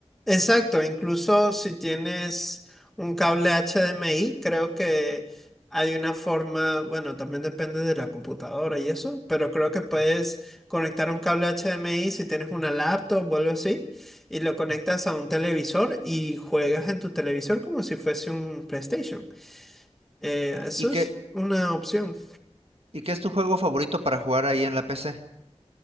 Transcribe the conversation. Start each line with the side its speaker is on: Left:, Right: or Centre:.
Centre: Exacto, incluso si tienes un cable HDMI, creo que hay una forma, bueno, también depende de la computadora y eso, pero creo que puedes
Right: Ujú,
Centre: conectar un cable HDMI si tienes una laptop o algo así, y lo conectas
Right: ujú.
Centre: a un televisor y juegas en tu televisor como si fuese un PlayStation. Eh, eso
Right: ¿Y qué,
Centre: es una opción.
Right: y qué es tu juego favorito para jugar ahí en la PC?